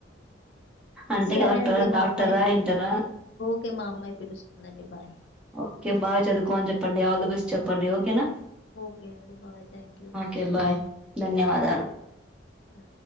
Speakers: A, in the centre; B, on the left.
A: అంతే
B: సరే
A: కద అక్క
B: అండి మా
A: డాక్టార
B: అమ్మాయి
A: ఇంటర
B: ఓకే మా అమ్మాయి పిలుస్తుందండి బాయ్
A: ఓకె బాగ చదువుకోమని చెప్పండి ఆల్ ద బెస్ట్ చెప్పండి ఓకేనా
B: ఓకే అండి bye thank you
A: okay bye ధన్యవాదాలు
B: ఆ